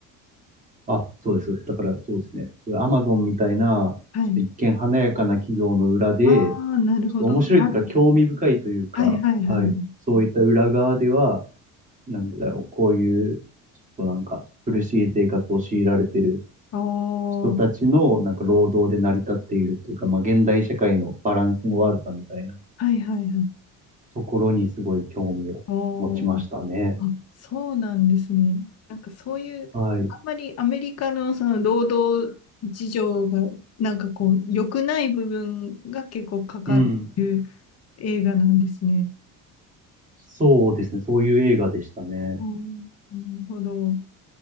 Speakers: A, on the right (about 25°); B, on the left (about 45°).
A: あ、そうです、そうです。だから、そうですね。それ、アマゾンみたいな、
B: はい。
A: ちょっと一見華やかな企業の裏で、
B: ああ、なるほど。
A: ちょっと面白いというか、
B: はい
A: 興味深いというか、
B: はいはいはい。
A: はい。そういった裏側では、なんだろう、こういう、ちょっとなんか、苦しい生活を強いられてる
B: おー、
A: 人たちの、なんか、労働で成り立っているというか、まあ、現代社会のバランスの悪さみたいな
B: はいはいはい。
A: ところにすごい興味を持ちましたね。
B: おー、あ、そうなんですね。なんかそういう、
A: はい。
B: あんまりアメリカのその労働事情が、なんかこう、良くない部分が結構かかる
A: うん。
B: 映画なんですね。
A: そうですね。そういう映画でしたね。
B: おーなるほど。